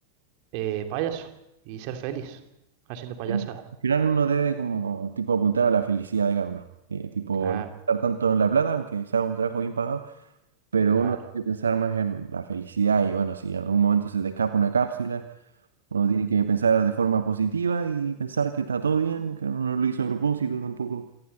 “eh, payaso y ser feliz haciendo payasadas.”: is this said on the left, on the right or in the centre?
Right